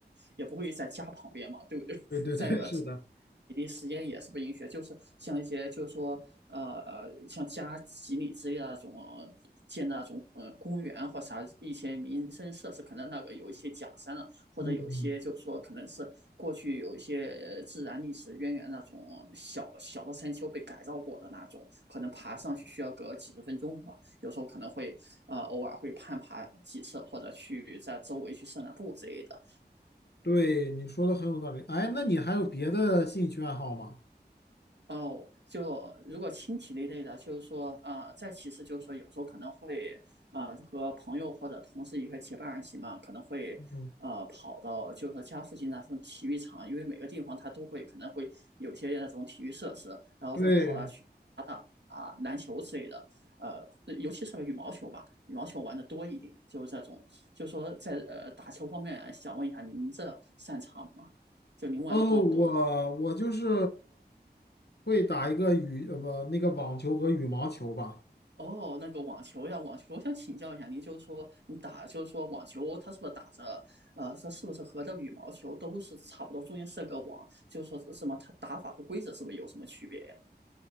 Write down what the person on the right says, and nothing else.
也不会在家旁边嘛，对不对？
<laughs> 在
比例实验也是不允许就是像一些就是说呃像加几里之类的那种呃建的那种呃公园或啥一些民生设施，可能那个有一些假山了，啊或者有些就是说可能是过去有一些呃自然历史渊源那种小小的山丘被改造过的那种，
可能爬上去需要个几十分钟吧，有时候可能会呃偶尔会攀爬几次，或者去在周围去散散步之类的。
哦，就如果轻体力类的，就是说，啊，再其次就是说，有时候可能会，啊，就和朋友或者同事一个结伴而行嘛，可能会，
呃，跑到就是说家附近那种体育场，因为每个地方它都会可能会有些那种体育设施，然后咱们跑下去打打啊篮球之类的，
呃，尤其是羽毛球吧，羽毛球玩的多一点，就是这种，就是说在呃打球方面啊，想问一下您这擅长吗？就您玩的多不多？
哦，那个网球呀，网球，我想请教一下您，就是说你打，就是说网球，它是不是打着，呃，它是不是和这个羽毛球都是差不多，中间设个网，就是说什么，它打法和规则是不是有什么区别呀？